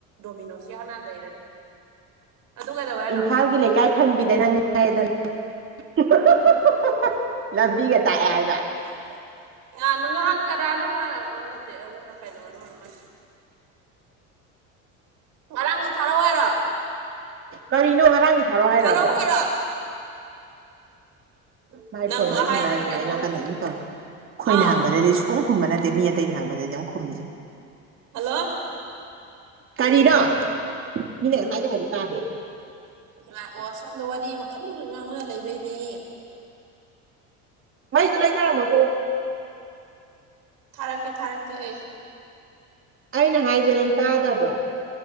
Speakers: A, on the right; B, on the right.
A: ꯗꯣꯃꯤꯅꯣꯁꯤ ꯍꯥꯟꯅ ꯂꯩꯔꯅꯤ ꯑꯗꯨ ꯀꯩꯗꯧꯋꯦ ꯍꯥꯏꯅꯣ
B: ꯏꯝꯐꯥꯜꯒꯤ ꯂꯩꯀꯥꯏ ꯈꯪꯕꯤꯗ ꯅꯪ ꯍꯥꯏꯔꯦꯗꯅ ꯍꯥ ꯍꯥ ꯍꯥ ꯍꯥꯍꯥ ꯂꯝꯕꯤꯒ ꯇꯥꯛꯑꯦ ꯍꯥꯏꯕ
A: ꯌꯥꯝꯕ ꯌꯥꯝ ꯉꯍꯥꯟ ꯀꯅꯥꯅꯣꯝꯃ ꯍꯥ ꯅꯠꯇꯦ ꯑꯗꯨꯅ ꯀꯩꯅꯣ <unintelligible> ꯉꯔꯥꯡ ꯊꯥꯔꯛꯑꯣ ꯍꯥꯏꯔꯣ
B: ꯀꯔꯤꯅꯣ ꯉꯔꯥꯡꯒꯤ ꯊꯥꯔꯛꯑꯣ ꯍꯥꯏꯔꯕꯣ
A: ꯊꯥꯔꯛꯎ ꯍꯥꯏꯔꯣ
B: ꯃꯥꯏ
A: ꯅꯪ
B: ꯐꯣꯟ ꯋꯥꯔꯤ ꯁꯥꯟꯅꯔ
A: ꯍꯥꯏꯔꯛꯇ꯭ꯔꯃꯦꯅ
B: ꯁꯨꯃꯥꯏ
A: ꯈꯪꯗ꯭ꯔꯦ
B: ꯅꯥꯀꯟꯗ ꯗꯨꯝ ꯇꯧ ꯑꯩꯈꯣꯏꯅ
A: ꯑꯥꯎ
B: ꯍꯪꯕꯗꯗꯤ ꯁꯨꯈꯨꯝ ꯈꯨꯝꯕ ꯅꯠꯇꯦ ꯃꯤ ꯑꯇꯩꯅ ꯍꯪꯕꯗꯗꯤ ꯗꯝ ꯈꯨꯝꯃꯤꯖꯦ
A: ꯍꯜꯂꯣ
B: ꯀꯔꯤꯅꯣ ꯃꯤꯅ ꯉꯁꯥꯏꯗꯩ ꯍꯥꯢꯖꯦ ꯇꯥꯗꯦ
A: ꯂꯥꯛꯑꯣ ꯁꯣꯝꯗ ꯋꯥꯔꯤ ꯑꯃ ꯀꯟꯅ ꯉꯥꯡꯅ ꯂꯩꯕꯩꯅꯦ
B: ꯃꯩꯗꯨꯨ ꯂꯩꯊꯔꯝꯃꯣ ꯊꯣꯂꯛꯀꯦ
A: ꯊꯥꯔꯛꯀꯦ ꯊꯥꯔꯛꯀꯦ ꯑꯩ
B: ꯑꯩꯅ ꯍꯥꯏꯖꯦ ꯅꯪ ꯇꯥꯗꯕ꯭ꯔꯣ